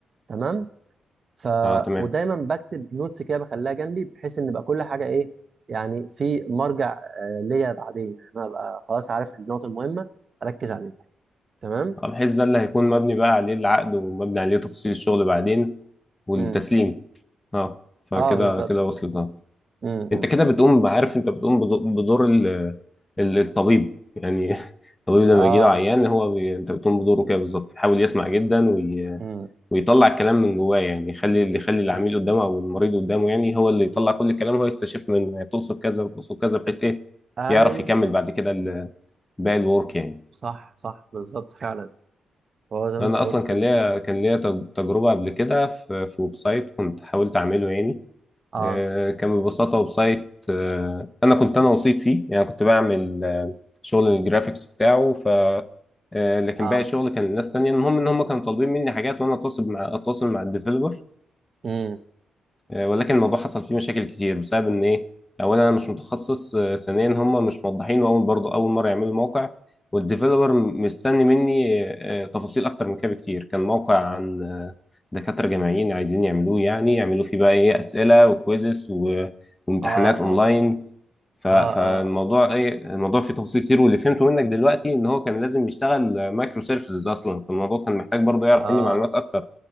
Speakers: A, on the right; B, on the left.
A: تمام ف
B: اه تمام
A: ودايما بكتب نوتس كده بخليها جنبي بحيث ان يبقى كل حاجه ايه يعني في مرجع آه ليا بعدين يعني انا ابقى خلاص عارف النقط المهمه اركز عليها تمام
B: بحيث ده اللي هيكون مبني بقى عليه العقد ومبني عليه تفصيل الشغل بعدين والتسليم
A: امم
B: اه فكده
A: اه بالظبط
B: كده وصلت اه
A: امم
B: انت كده بتقوم عارف انت بتقوم بد- بدور ال- ال- الطبيب يعني <laughs> الطبيب لما
A: اه
B: يجي له عيان هو بي... انت بتقوم بدوره كده بالظبط يحاول يسمع جدا وي...
A: امم
B: ويطلع الكلام من جواه يعني يخلي اللي يخلي العميل قدامه او المريض قدامه يعني هو اللي يطلع كل الكلام هو يستشف من تقصد كذا وتقصد كذا بحيث ايه
A: ايوه
B: يعرف يكمل بعد كده ال- باقي الورك يعني
A: صح صح بالظبط فعلا هو زي ما
B: انا
A: انت قلت
B: اصلا كان
A: كده
B: ليا كان ليا تج- تجربه قبل كده في في ويب سايت كنت حاولت اعمله يعني
A: اه
B: آه، كان ببساطه ويب سايت آه، انا كنت انا وسيط فيه يعني كنت بعمل آه، شغل الجرافيكس بتاعه ف آه، لكن
A: اه
B: باقي الشغل كان للناس تانية المهم ان هم كانوا طالبين مني حاجات وانا اتواصل مع اتواصل مع الديفلوبر
A: امم
B: آه، ولكن الموضوع حصل فيه مشاكل كتير بسبب ان ايه اولا انا مش متخصص آه، ثانيا هم مش موضحين واول برضه اول مره يعملوا موقع والديفيلوبر مستني مني آه، آه، تفاصيل اكتر من كده بكتير كان موقع عن آه، دكاتره جامعيين عايزين يعملوه يعني يعملوا فيه بقى ايه اسئله وكويزز و- وامتحانات
A: اه
B: اونلاين
A: اه
B: ف- فالموضوع
A: اه اه اه
B: ايه الموضوع فيه تفاصيل كتير واللي فهمته منك دلوقتي ان هو كان لازم يشتغل مايكرو سيرفيسز اصلا فالموضوع كان محتاج برضه يعرف
A: اه
B: مني معلومات اكتر